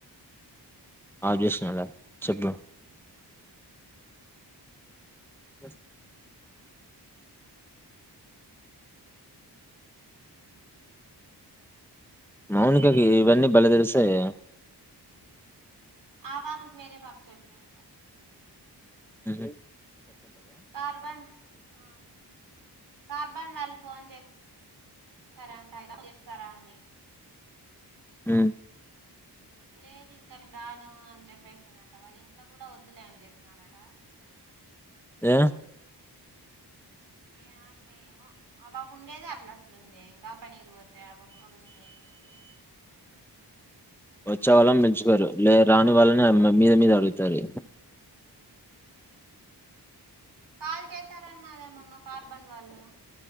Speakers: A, in the centre; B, on the right (about 85°).
A: ఆబ్ చేస్తున్నాలా చెప్ప బస్ మౌనికకి ఇవన్నీ బలే తెలిస్తయి
B: ఆ పాపకి వేరే పాప చెప్పినయంటా
A: హహ
B: కార్బన్ ఆ కార్బన్ వాల్ ఫోన్ చేరాంట చేస్తారా అని
A: ఉ
B: లేదు ఇంకా నేన్ రాను అని చెప్పేసిందంట. వాళ్ళ ఇంట్లో కూడా వద్దులే అని చెప్పినారట.
A: ఏ
B: ఏ అక్క ఏమో ఆ బాబు ఉండేది అట్లా అట్లుంది ఇంకా పనికిపోతు అధ్యాపక మదుమింగేమి
A: వచ్చా వాళ్ళం మెంచుతారు లే రాని వాళ్ళని మీద మీద అడుగుతారు.
B: కాల్ చేశారన్నావే మన్నా కార్బన్ వాళ్ళు